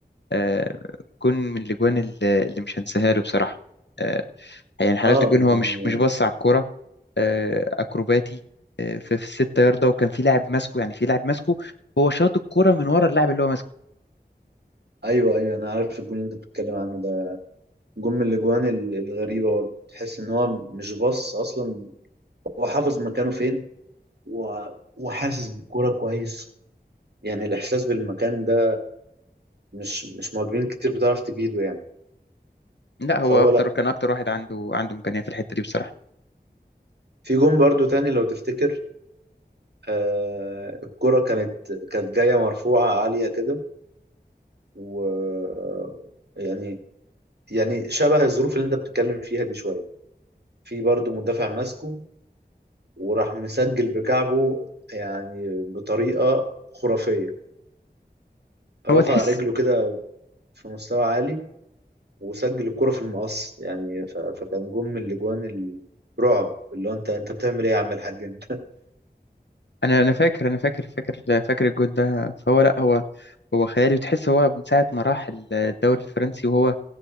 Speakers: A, on the left; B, on the right.
A: آه، جون من الأجوان الل- اللي مش هنساها له بصراحة آه، يعني حلاوة
B: اه
A: الجون
B: يعني
A: هو مش مش باص
B: آه،
A: على الكرة آه، أكروباتي آه، في في الست ياردة وكان في لاعب ماسكه يعني في لاعب ماسكه ههو شاط الكرة من ورا اللاعب اللي هو ماسكه
B: ايوه ايوه انا عارف الجون اللي انت بتتكلم عنه ده جون من الاجوان ال- الغريبة برضه. تحس ان هو مش باص اصلا هو حافظ مكانه فين و... وحاسس بالكورة كويس يعني الاحساس بالمكان ده مش مش مهاجمين كتير بتعرف تجيده يعني
A: لا هو
B: فهو
A: أكتر
B: لا
A: كان أكتر واحد عنده عنده إمكانية في الحتة دي بصراحة
B: في جون برضو تاني لو تفتكر آه، الكرة كانت كانت جاية مرفوعة عالية كده و يعني يعني شبه الظروف اللي انت بتتكلم فيها دي شوية في برضو مدافع ماسكه وراح مسجل بكعبه يعني بطريقة خرافية رفع
A: هو تحس
B: رجله كده في مستوى عالي وسجل الكرة في المقص يعني ف... فكان جون من الاجوان الرعب اللي هو انت انت بتعمل ايه يا عم الحاج انت
A: انا انا فاكر انا فاكر فاكر فاكر الجون ده فهو لا هو هو خيالي وتحس هو من ساعه ما راح الدوري الفرنسي وهو